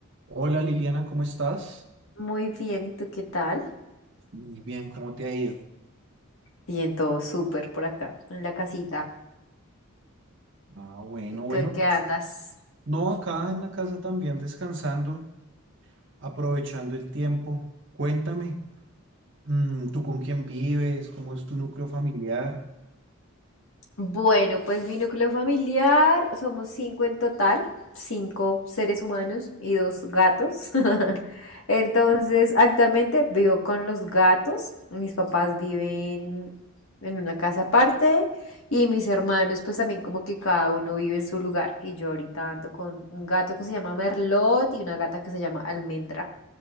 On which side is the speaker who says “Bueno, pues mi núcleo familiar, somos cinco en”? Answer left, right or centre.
Left